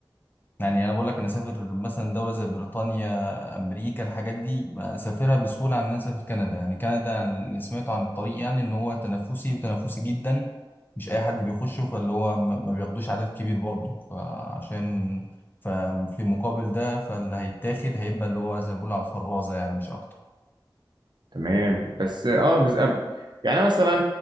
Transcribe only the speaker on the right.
تمام بس اه بس يعني مثلا